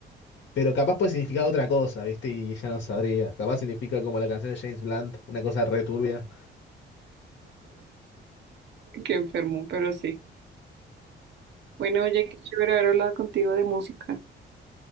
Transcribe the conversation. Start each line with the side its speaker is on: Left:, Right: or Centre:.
Left: pero capaz puede significar otra cosa, ¿viste? Y ella no sabría. Capaz significa como la canción de James Blunt, una cosa re turbia.
Right: que enfermo, pero sí. Bueno, oye, qué chévere haber hablado contigo de música.